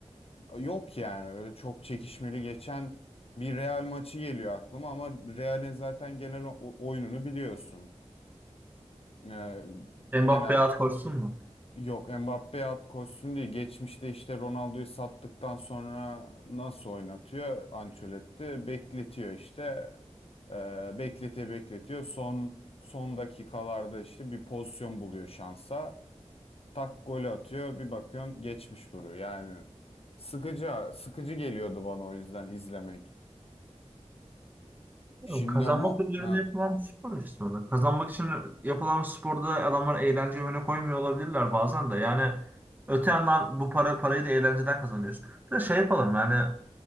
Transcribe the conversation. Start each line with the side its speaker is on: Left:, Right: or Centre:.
Left: Yok yani öyle çok çekişmeli geçen bir Real maçı geliyor aklıma ama Real'in zaten genel o- oyununu biliyorsun. Ee,
Right: Mbappe
Left: genel
Right: at koşsun mu?
Left: Yok Mbappe at koşsun diye geçmişte işte Ronaldo'yu sattıktan sonra nasıl oynatıyor Ancelotti bekletiyor işte Ee, bekletiyor bekletiyor son son dakikalarda işte bir pozisyon buluyor şansa tak golü atıyor bir bakıyorum geçmiş duruyor yani sıkıcı sıkıcı geliyordu bana o yüzden izlemek
Right: Yok,
Left: şimdi
Right: Kazanmak
Left: ama
Right: üzerine
Left: ha
Right: yapılan bir spor aslında. Kazanmak için yapılan bir sporda adamlar eğlenceyi öne koymuyor olabilirler bazen de. Yani öte yandan bu para parayı da eğlenceden kazanıyorsun. Bir de şey yapalım yani